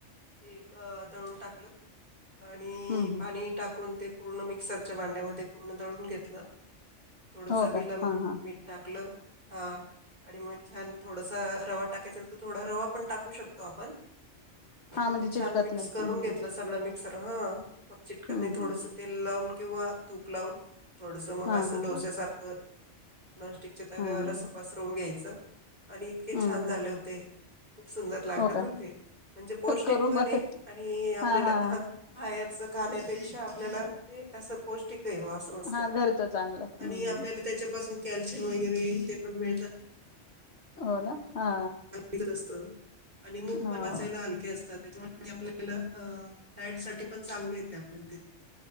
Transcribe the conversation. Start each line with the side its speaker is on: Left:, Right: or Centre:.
Right: एक अ-दळून टाकलं. आणि
Left: हम्म हम्म
Right: पाणी टाकून ते- पूर्ण मिक्सरच्या भांड्यामध्ये पूर्ण दळून घेतलं. थोड चवीला
Left: हो का
Right: मी-मीठ
Left: हा हा
Right: टाकलं. हा आणि मग छान थोडस रवा टाकायचा तर थोडा रवा पण टाकू शकतो आपण.
Left: हा
Right: मग
Left: म्हणजे
Right: ते
Left: चिटकत
Right: छान मिक्स
Left: नाही
Right: करून
Left: हम्म
Right: घेतलं सगळं मी. सर्व हा.. मग चिटकत
Left: हम्म
Right: नाही थोडंसं
Left: हम्म
Right: तेल लावून- किंवा तूप लावून. थोडसं मग
Left: हा
Right: असं
Left: हा
Right: डोस्यासारखं.
Left: हा
Right: नॉनस्टिकच्या तव्यावरच
Left: हा हम्म
Right: पसरवून घ्यायचं. तर आणि इतके
Left: हम्म
Right: छान झाले होते खूप सुंदर लागत
Left: हो का
Right: होते म्हणजे पौष्टिक
Left: करून
Right: पण
Left: बघ
Right: आहे आणि आपल्याला
Left: हा हा
Right: काही असलं खाण्यापेक्षा आपल्याला ष्पौष्टिक अस मस्त
Left: हा घरचं चांगलं हम्म
Right: आणि आपल्याला
Left: हम्म
Right: त्याच्यापासून कॅल्शियम वगैरे ते पण मिळतात
Left: हो ना हा
Right: <unintelligible> कत असत <inaudible> आणि मूग
Left: हो
Right: पण पचायला हलके असतात त्याच्या आपल्याला अ डायट साठी पण चांगले येते आपल्याला ते